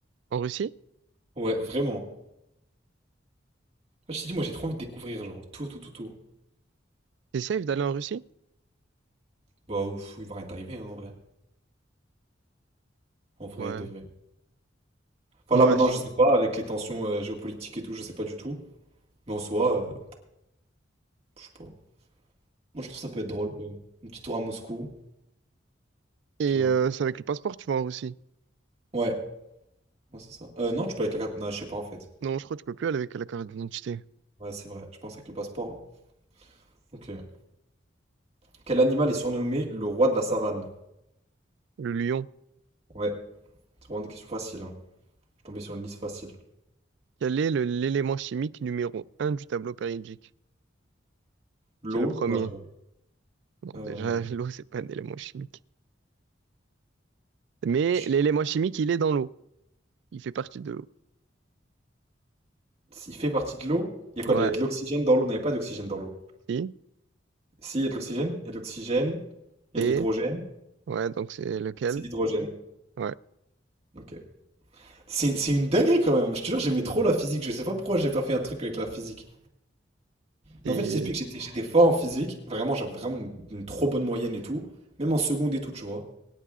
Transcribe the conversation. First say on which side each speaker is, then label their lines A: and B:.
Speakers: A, on the right (about 65°); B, on the right (about 35°).
A: En Russie?
B: Ouais, vraiment. Moi, je t'ai dit, moi j'ai trop envie de découvrir, genre, tout, tout, tout, tout.
A: C'est safe d'aller en Russie?
B: Bah ouf, il va rien t'arriver hein, en vrai. En vrai,
A: Ouais.
B: de vrai. Enfin
A: Ouais.
B: là maintenant,
A: je-
B: je sais pas, avec les tensions euh, géopolitiques et tout, je sais pas du tout. Mais en soi, euh, je sais pas. Moi je trouve ça peut être drôle quand même. Un petit tour à Moscou,
A: Et
B: tu vois.
A: euh, c'est avec le passeport, tu vas en Russie.
B: Ouais. Ouais, c'est ça. Euh, non, tu peux avec la carte. Non, je sais pas en fait.
A: Non, je crois que tu peux plus aller avec la carte d'identité.
B: Ouais, c'est vrai. Je pense avec le passeport. hein. Ok. Quel animal est surnommé le roi de la savane?
A: Le lion.
B: Ouais, c'est vraiment des questions faciles. Hein. Je suis tombé sur une liste facile.
A: Quel est le- l'élément chimique numéro un du tableau périodique?
B: L'eau?
A: C'est le premier.
B: Non, je rigole.
A: Non,
B: Euh,
A: déjà, <laughs> l'eau, c'est pas un élément chimique. Mais
B: je-
A: l'élément chimique, il est dans l'eau. Il fait partie de l'eau.
B: Il fait partie de l'eau? Il y a quoi?
A: Ouais.
B: Il y a de l'oxygène dans l'eau? Non, il n'y a pas d'oxygène dans l'eau.
A: Si.
B: Si, il y a de l'oxygène. Il y a de l'oxygène. Il
A: Et.
B: y a de l'hydrogène.
A: Ouais, donc c'est lequel?
B: C'est l'hydrogène.
A: Ouais.
B: Ok. C'est c'est une dinguerie quand même. Je te jure, j'aimais trop la physique. Je sais pas pourquoi j'ai pas fait un truc avec la physique.
A: Et.
B: Mais en fait, je t'explique, j'étais, j'étais fort en physique. Vraiment, j'avais vraiment une, une trop bonne moyenne et tout. Même en seconde et tout, tu vois.